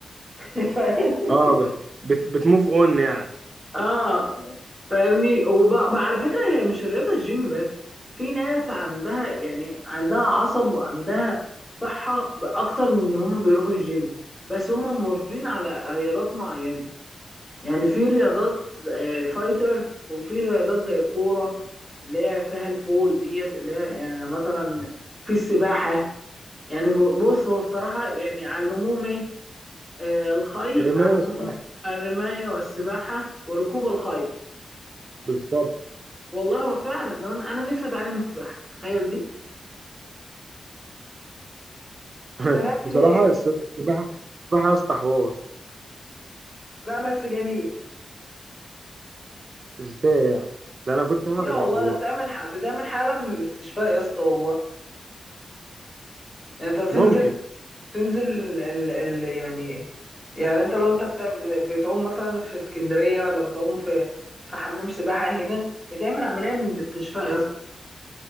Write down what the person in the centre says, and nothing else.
<laughs>
اه فاهمني وبقى على فكره هي مش الرياضه الجيم بس في ناس عندها يعني عندها عصب وعندها صحه ب- اكتر من ان هم بيروحوا الجيم بس هم مواظبين على رياضات معينه يعني في رياضات آه، فايتر وفي رياضات زي الكوره اللي هي فيها البول ديت اللي هي يعني مثلا في السباحه يعني ب- بص هو الصراحه يعني علموهم ايه آه، الخي
علموهم
الرمايه والسباحه وركوب الخيل
والله هو فعلا انا أنا نفسي اتعلم السباحه تخيل دي
هنعمل
ايه
لا بس جميل
يا والله
ده بتعمل ح... بتعمل حاله من الاستشفاء يا اسطى والله يعني انت تنزل
تنزل ال... ال... ال... يعني يعني انت لو انت بتع... بتعوم مثلا في اسكندريه ولا بتعوم في في حمام سباحه هنا بتعمل عمليه من الاستشفاء يا اسطى